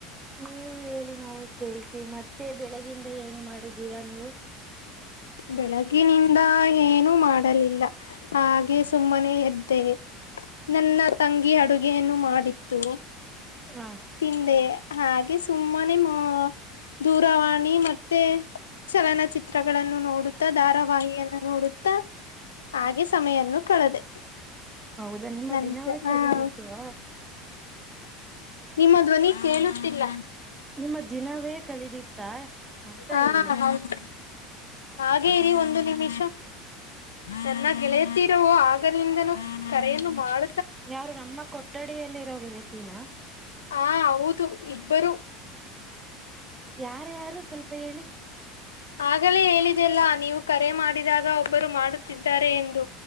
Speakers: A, on the right (about 20°); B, on the left (about 85°).
A: ನೀವು ಹೇಳಿ ನಾವು ಕೇಳ್ತಿೀ ಮತ್ತೆ ಬೆಳಗಿಂದ ಏನು ಮಾಡಿದ್ದೀರಾ ನೀವು
B: ಬೆಳಗಿನಿಂದ ಏನುೂ ಮಾಡಲಿಲ್ಲ ಹಾಗೆ ಸುಮ್ಮನೆ ಎದ್ದೆ ನನ್ನ ತಂಗಿ ಅಡುಗೆಯನು ಮಾಡಿತ್ತು
A: ಹ
B: ತಿಂದೆ ಹಾಗೆ ಸುಮ್ಮನೆ ಮ ದೂರವಾಣಿ ಮತ್ತೆ ಚಲನಚಿತ್ರ ಚಿತ್ರಗಳನ್ನು ನೋಡುತ್ತಾ ಧಾರಾವಾಹಿಯನ್ನು ನೋಡುತ್ತಾ ಹಾಗೆ ಸಮಯನ್ನು ಕಳೆದೆ
A: ಅದು ನಿಮ್ಮ
B: ನಂತ
A: ದಿನವೇ
B: ಹ
A: ಕಡಿದಿತ್ತುವಾ
B: ನಿಮ್ಮ ಧ್ವನಿ ಕೇಳುತ್ತಿಲ್ಲ
A: ನಿಮ್ಮ ದಿನವೇ ಕಲಿದತ್ತ ಅಂತ
B: ಹ
A: ಹೇಳಿದ್
B: ಹೌದು ಹಾಗೆ ಇ ಒಂದು ನಿಮಿಷನ್ನ ಗೆಳರೋ ಆಗದಿಂದ ಕರ ಮಾಡ
A: ಯಾರು ನಮ್ಮ ಕೊಠಡಿಯಲ್ಲಿ ಇರೋಗಿದೆ ತೀನಾ
B: ಹಾ ಹೌದು ಇಬ್ಬರು
A: ಯಾರ ಯಾರು ಸ್ವಲ್ಪ ಹೇಳಿ
B: ಆಗಲೇ ಹೇಳಿದೆಲ್ಲಾ ನೀವು ಕರೆ ಮಾಡಿದಾಗ ಒಬ್ಬರು ಮಾಡುತ್ತಿದ್ದಾರೆ ಎಂದು